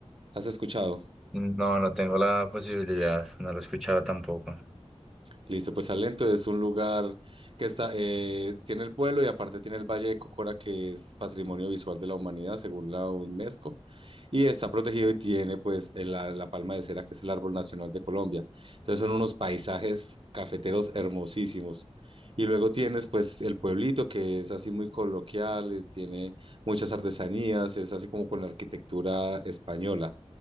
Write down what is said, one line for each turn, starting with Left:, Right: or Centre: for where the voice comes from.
Right: ¿Has escuchado?
Centre: No, no tengo la posibilidad, no lo he escuchado tampoco.
Right: Listo, pues Salento es un lugar que está, eh, tiene el pueblo y aparte tiene el Valle de Cocora, que es Patrimonio Visual de la Humanidad, según la UNESCO, y está protegido y tiene pues el- la, la palma de cera, que es el árbol nacional de Colombia. Entonces son unos paisajes cafeteros hermosísimos. Y luego tienes pues el pueblito, que es así muy coloquial, eh, tiene muchas artesanías, es así como con la arquitectura española.